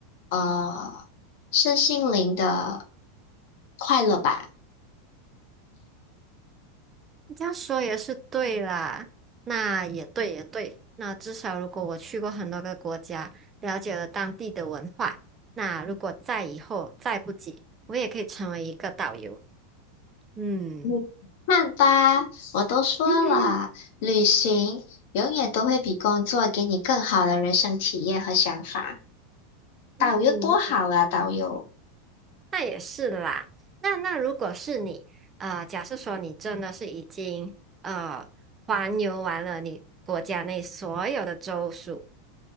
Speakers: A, on the left; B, on the right.
A: 呃身心灵的快乐吧。
B: 这样说也是对啦，那也对也对。那至少如果我去过很多个国家，了解了当地的文化，那如果再以后再不济，我也可以成为一个导游。嗯
A: 你看吧，我都说了，
B: <laughs>
A: 旅行永远都会比工作给你更好的人生体验和想法。导游多好啊，
B: 嗯，那也
A: 导游。
B: 那也是啦。那那如果是你，呃，假设说你真的是已经呃环游完了你国家内所有的州属，